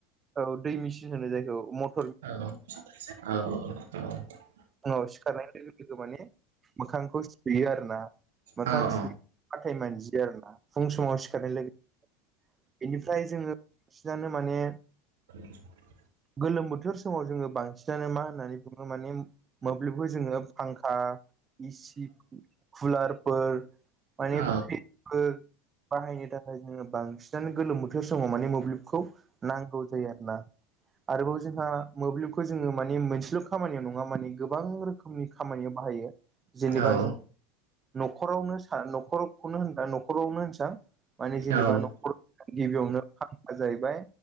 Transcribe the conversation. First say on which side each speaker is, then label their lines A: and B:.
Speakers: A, on the right; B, on the right.
A: औ दै मेसिन होनो जायखौ म
B: औ औ औ <unintelligible>
A: औ सिखारनाय लोगो लोगो माने मोखांखौ सुफैयो आरो ना। मोखां
B: औ
A: सुयो
B: औ
A: हाथाय मानजियो आरो ना। फुं समाव सिखारनाय लोगो बेनिफ्राय जोङो बांसिनानो माने
B: <inaudible>
A: गोलोम बोथोर समाव जोङो बांसिनानो मा होननानै बुङो माने मोब्लिबखौ जोङो फांखा इ सि फुलारफोर माने
B: औ
A: <unintelligible> फोर बाहायनो थाखाय जोङो बांसिनानो गोलोम बोथोर समाव माने मोब्लिबखौ नां गौ जायो आरो ना। आरोबाव जोंहा मोब्लिब खौ जोङो माने मोनसेल' खामानियाव नङा माने गोबां रोखोमनि खामानियाव बाहायो जेनेबा
B: औ औ
A: जों न'खरावनो सा न'खरखौनो होनबा न'खरावनो होननोसां माने जेनेबा
B: मा होनदोंमोनलाय
A: न'खर गिबियावनो खामानिया जाहैबाय